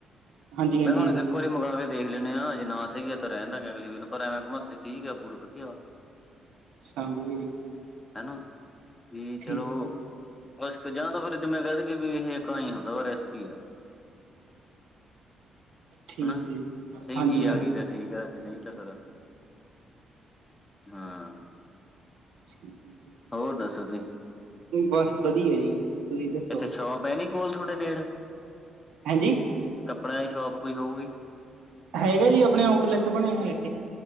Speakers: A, on the right (about 90°); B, on the left (about 15°).
A: ਹਾਂਜੀ ਹਾਂਜੀ
B: ਮੈ ਹੁਣ
A: ਹਾਂਜੀ
B: ਵੇਖੋ ਇਕ ਵਾਰੀ ਮੰਗਾ ਕੇ ਦੇਖ ਲੈਣੇ ਆ, ਜੇ ਨਾ ਸਹੀ ਤਾਂ ਰਹਿ ਦਾਂਗੇ ਅਗਲੀ ਵਾਰ ਪਰ ਐਵੇਂ ਕਵਾ ਸੇ ਠੀਕ ਆ ਬੂਟ, ਵਧੀਆ
A: <unintelligible> <inaudible>
B: ਹਨਾ, ਵੀ
A: ਠੀਕ
B: ਚਲੋ ਕੁਛਕ ਜਾਂ ਤਾਂ ਫਿਰ ਮੈਂ ਕਹਿ ਦੇ ਵੀ, ਇਹ ਇਕ ਆਈ ਹੁੰਦਾ ਵੀ ਰਿਸਕ ਹੀ ਆ
A: ਠੀਕ
B: ਹਨਾ
A: ਹੈ ਜੀ
B: ਸਹੀ
A: ਹਾਂਜੀ
B: ਚੀਜ਼
A: ਹਾਂ
B: ਆ ਗਈ, ਤਾਂ ਠੀਕ ਆ, ਤੇ ਨਹੀਂ ਤਾਂ ਫਿਰ ਹਾਂ।
A: ਠੀਕ ਆ।
B: ਹੋਰ ਦੱਸੋ ਤੁਸੀਂ?
A: ਬਸ ਵਧੀਆ ਜੀ। ਤੁਸੀਂ ਦੱਸੋ
B: ਇੱਥੇ ਸ਼ੌਪ ਹੈ ਨਈ, ਕੋਲ ਥੋੜੇ ਨੇੜ?
A: ਹੈਂ, ਜੀ।
B: ਕੱਪੜਿਆਂ ਦੀ ਸ਼ੋਪ ਕੋਈ ਹੋਊਗੀ?
A: ਹੈਗਾ ਜੀ, ਆਪਣੇ ਆਊਟਲੈਟ ਬਣੇ ਹੋਏ ਇੱਥੇ